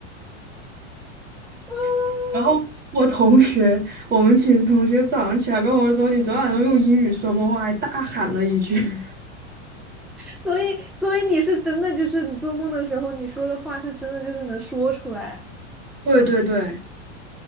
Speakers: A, in the centre; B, on the right.
A: <laughs>
B: <laughs>。然后我同学，我们寝室同学早上起来跟我说：“你昨晚上用英语说梦话，还大喊了一句。<laughs>”
A: 所以，所以你是真的，就是你做梦的时候，你说的话是真的，就是能说出来，
B: 对对对，